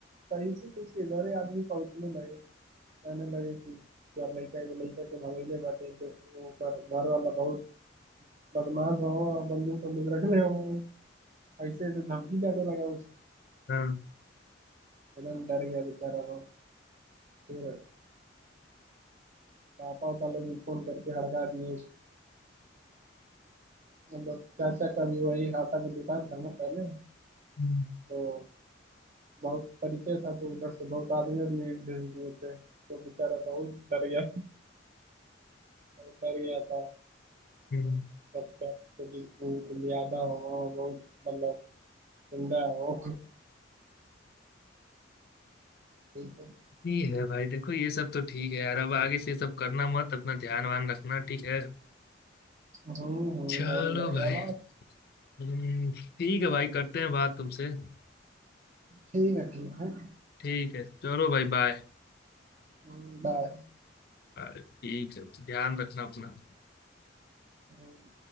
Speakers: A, on the right; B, on the left.
A: तैसे तो उसके घर ही आदमी पहुंचने लगे कहने लगे कि तोहर लइका एगो लइका के भगैले बाटे तो ओकर घर वाला बहुत बदमाश हो बंदूक बंदूक रखले हो ऐसे ऐसे धमकी जाने लगा उसको
B: हाँ
A: एकदम डर गया बेचारा वो फिर पापा उपा लोग भी फोन करके हड़का दिए उसको मतलब चाचा का भी वही हाटा में दुकान था ना पहले
B: हम्म,
A: तो बहुत परिचय था तो उधर से बहुत आदमी आदमी भेज दिए थे तो बेचारा बहुत डर गया बहुत डर गया था
B: हम्म।
A: सबका क्योंकि वो कुलियादा हो बहुत मतलब गुंडा हो <laughs>
B: ठीक है भाई देखो ये सब तो ठीक है यार अब आगे से ये सब करना मत अपना ध्यान वान रखना ठीक है
A: हम्म हम्म,
B: चलो
A: नहीं भाई
B: भाई
A: अब आप
B: हम्म, ठीक है भाई करते हैं बात तुमसे
A: ठीक है ठीक है
B: ठीक है चलो भाई बाय
A: हम्म, बाय
B: ठीक है ध्यान रखना अपना
A: हम्म।